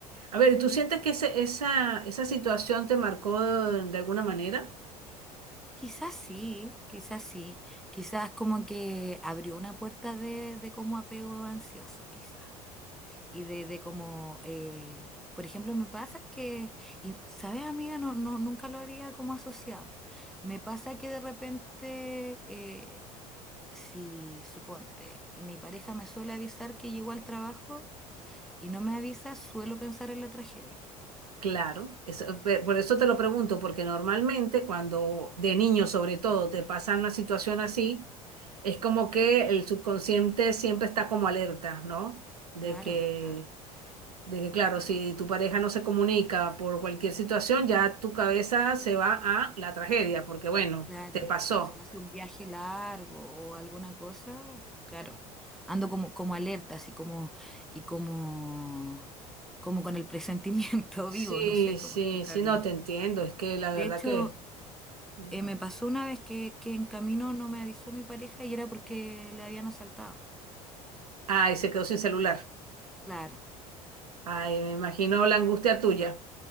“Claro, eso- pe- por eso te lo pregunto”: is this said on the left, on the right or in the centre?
Right